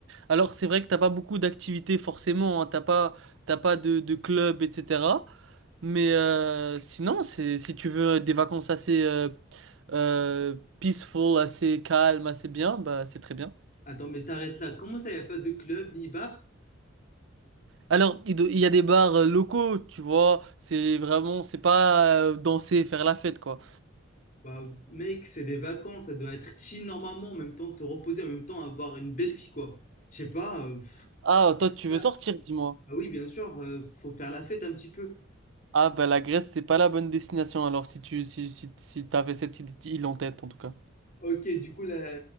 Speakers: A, on the right; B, on the left.
A: Alors, c'est vrai que t'as pas beaucoup d'activités forcément. hein. T'as pas, t'as pas de, de club, etc. Mais euh, sinon, c'est si tu veux des vacances assez euh, euh, peaceful, assez calmes, assez bien, bah c'est très bien.
B: attends mais je t'arrête là. Comment ça y a pas de club ni bar?
A: Alors, il, do- il y a des bars euh, locaux, tu vois, c'est vraiment, c'est pas euh, danser, faire la fête, quoi.
B: Bah mec, c'est des vacances, ça doit être chill normalement, en même temps te reposer, en même temps avoir une belle vie quoi. Je sais pas euh, pff,
A: Ah, toi, tu
B: ah
A: veux sortir, dis-moi.
B: ah oui, bien sûr, euh, faut faire la fête un petit peu.
A: Ah, bah la Grèce, c'est pas la bonne destination, alors si tu si, si, si t'avais cette île île en tête, en tout cas.
B: OK, du coup là,